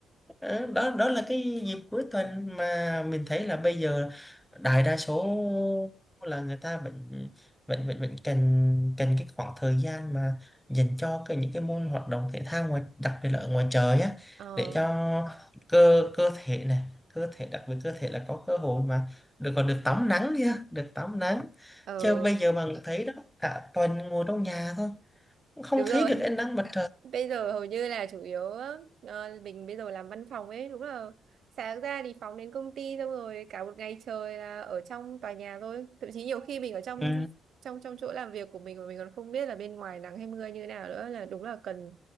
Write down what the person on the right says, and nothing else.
ờ
ờ
đúng rồi
bây giờ hầu như là chủ yếu ờ, mình bây giờ làm văn phòng ấy đúng là sáng ra thì phóng đến công ty xong rồi cả một ngày trời là ở trong tòa nhà thôi thậm chí nhiều khi mình ở trong
trong trong chỗ làm việc của mình mà mình còn không biết là bên ngoài nắng hay mưa như nào nữa là đúng là cần